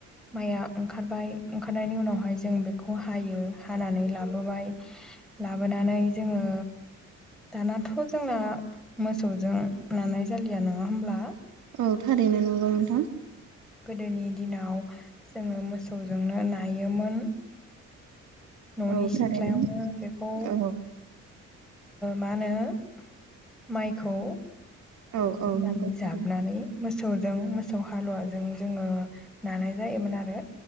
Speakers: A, in the centre; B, on the right.
A: माइया ओंखारबाय ओंखारनायनि उनावहाय जों बेखौ हायो हानानै लाबाय लाबोनानै जोङो दानाथ' जोंना मोसौजों नानाय जालिया नङा होमब्ला।
B: औ थारैनो नंगौ नोंथां।
A: गोदोनि दिनाव जोङो मोसौजोंनो नायोमोन। न'नि
B: औ
A: सिथ्लायावनो
B: थारैनो।
A: बेखौ
B: औ
A: मा होनो माइखौ <inaudible>
B: औ औ नंगौ
A: जाबनानै
B: थारैनो।
A: मोसौजों मोसौ हालुवाजों जोङो नानाय जायोमोन आरो।